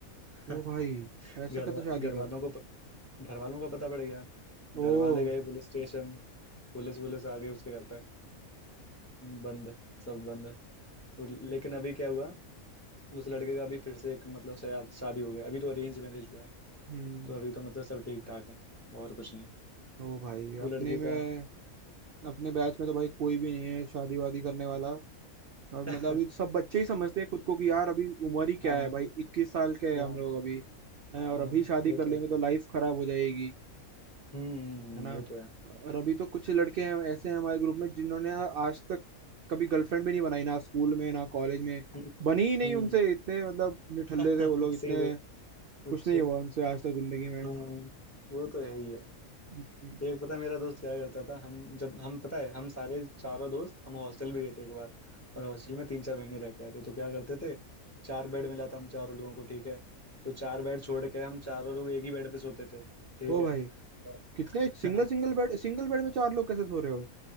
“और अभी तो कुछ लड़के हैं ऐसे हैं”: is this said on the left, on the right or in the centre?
Right